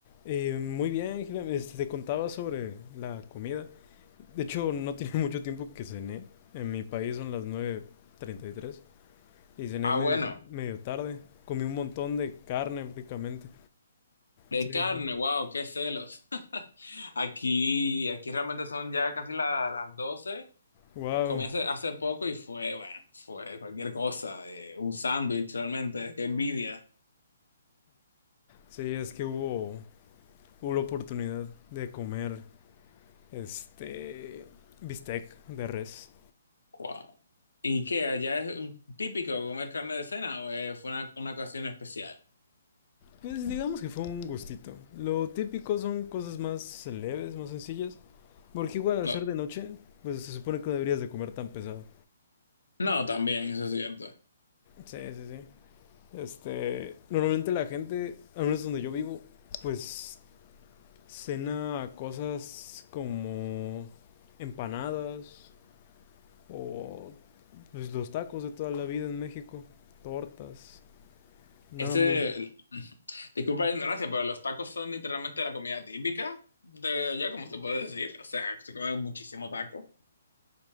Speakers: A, on the left; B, on the left.
A: Eh, muy bien, Gila. Este, te contaba sobre la comida. De hecho, no tiene <laughs> mucho tiempo que cené. En mi país son las 9.33 y tres y cené
B: Ah,
A: medio,
B: bueno,
A: medio tarde. Comí un montón de carne prácticamente.
B: de
A: Sí,
B: carne,
A: sí.
B: wow, qué celos. <laughs> Aquí, aquí realmente son ya casi la- las 12.
A: Wow.
B: Comí hace, hace poco y fue, bueno, fue cualquier cosa, eh, un sándwich realmente, qué envidia.
A: Sí, es que hubo, hubo la oportunidad de comer este bistec de res.
B: Wow. ¿Y qué? ¿Allá es un- típico comer carne de cena o eh, fue una, una ocasión especial?
A: Pues digamos que fue un gustito. Lo típico son cosas más leves, más sencillas. Porque igual al
B: No,
A: ser de noche, pues se supone que no deberías de comer tan pesado.
B: no, también, eso es cierto.
A: Sí, sí, sí. Este, normalmente la gente, al menos donde yo vivo, pues cena cosas como empanadas o pues, los tacos de toda la vida en México, tortas, nada
B: Este,
A: muy...
B: <laughs> disculpa la ignorancia, pero los tacos son literalmente la comida típica de allá, como se puede decir. O sea, se comen muchísimo taco.